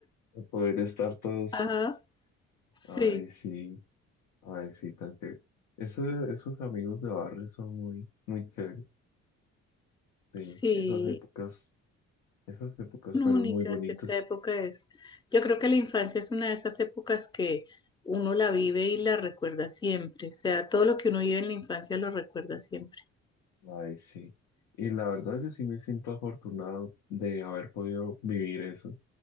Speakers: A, on the left; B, on the left.
A: Poder estar todos.
B: Ajá, sí,
A: Ay, sí, ay, sí, tan chévere. Eso, esos amigos de barrio son muy, muy chéveres. Sí,
B: sí,
A: esas épocas, esas épocas
B: únicas,
A: fueron muy bonitas.
B: esa época es, yo creo que la infancia es una de esas épocas que uno la vive y la recuerda siempre, o sea, todo lo que uno vive en la infancia lo recuerda siempre.
A: Ay, sí. Y la verdad, yo sí me siento afortunado de haber podido vivir eso,